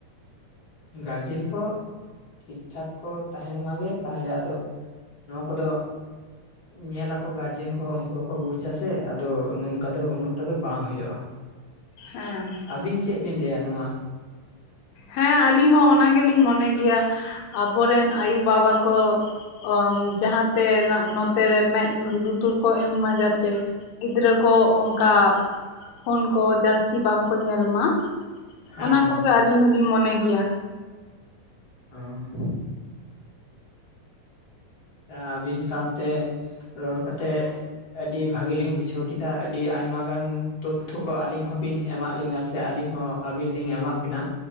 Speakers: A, on the left; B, on the left.
A: ᱜᱟᱨᱡᱮᱱ ᱠᱚ ᱴᱷᱤᱠ ᱴᱷᱟᱠ ᱠᱚ ᱛᱟᱦᱮᱱ ᱢᱟᱜᱮ ᱛᱟᱦᱞᱮ ᱟᱫᱚ ᱱᱚᱣᱟ ᱠᱚᱫᱚ ᱧᱮᱞ ᱟᱠᱚ᱾ ᱜᱟᱨᱡᱮᱱ ᱠᱚᱦᱚᱸ ᱩᱱᱠᱩ ᱦᱚᱸᱠᱚ ᱵᱩᱡ ᱥᱮ ᱟᱫᱚ ᱱᱚᱝᱠᱟ ᱫᱚ ᱩᱱᱟᱹᱜ ᱴᱟ ᱫᱚ ᱵᱟᱝ ᱦᱳᱭᱳᱜᱼᱟ᱾
B: ᱦᱮᱸ᱾
A: ᱟᱹᱵᱤᱱ ᱪᱮᱫ ᱵᱤᱱ ᱞᱟᱹᱭᱟ ᱱᱚᱣᱟ
B: ᱦᱮᱸ ᱟᱹᱞᱤᱧ ᱦᱚᱸ ᱚᱱᱟ ᱜᱮᱸᱞᱤᱧ ᱢᱚᱱᱮ ᱜᱮᱭᱟ, ᱟᱵᱚᱨᱮᱱ ᱟᱭᱩ ᱵᱟᱵᱟ ᱠᱚ ᱚᱢ ᱡᱟᱦᱟᱸᱛᱮ ᱱᱟᱜ ᱱᱚᱛᱮᱨᱮ ᱢᱮᱫ ᱞᱩᱛᱩᱨ ᱠᱚ ᱮᱢ ᱢᱟ ᱡᱟᱛᱮ ᱜᱤᱫᱽᱨᱟᱹ ᱠᱚ ᱚᱱᱠᱟ ᱯᱷᱳᱱ ᱠᱚ ᱡᱟᱹᱥᱛᱤ ᱵᱟᱝᱠᱚ ᱧᱮᱞ ᱢᱟ᱾
A: ᱦᱮᱸ
B: ᱚᱱᱟ ᱟᱞᱤᱧ ᱦᱚᱞᱤᱧ ᱢᱚᱱᱮ ᱜᱤᱭᱟ᱾
A: ᱦᱟᱸ᱾ ᱟᱹᱵᱤᱱ ᱥᱟᱶᱛᱮ ᱨᱚᱨ ᱠᱟᱛᱮᱜ ᱟᱹᱰᱤ ᱵᱷᱟᱜᱮ ᱞᱤᱧ ᱵᱩᱡᱷᱟᱹᱣ ᱠᱮᱫᱟ ᱟᱹᱰᱤ ᱟᱭᱢᱟ ᱜᱟᱱ ᱛᱚᱛᱛᱷᱚ ᱠᱚ ᱟᱹᱞᱤᱧ ᱦᱚᱸᱵᱤᱱ ᱮᱢᱟᱜ ᱞᱤᱧᱟ ᱥᱮ ᱟᱹᱞᱤᱧ ᱦᱚᱸ ᱟᱹᱵᱤᱱ ᱞᱤᱧ ᱮᱢᱟᱜ ᱵᱤᱱᱟ᱾